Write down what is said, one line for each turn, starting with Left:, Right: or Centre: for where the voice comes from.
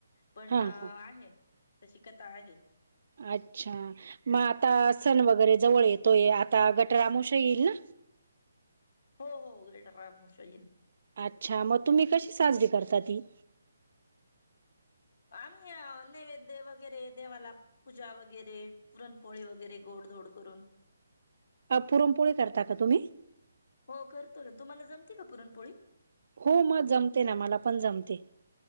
Left: पण
Right: हा
Left: आहे.
Right: हा
Left: तशी कथा आहे.
Right: अच्छा मग आता सण वगैरे जवळ येतोय आता गटर अमावश्या येईल ना.
Left: हो हो गटर अमावस्या येईल.
Right: अच्छा मग तुम्ही कशी साजरी करता ती?
Left: आम्ही नैवेद्य वगैरे देवाला. पूजा वगैरे पुरणपोळी वगैरे गोडधोड करून.
Right: पुरमपोळी करता का तुम्ही?
Left: हो करतो ना तुम्हाला जमते का पुरणपोळी.
Right: हो म जमते ना, मला पण जमते,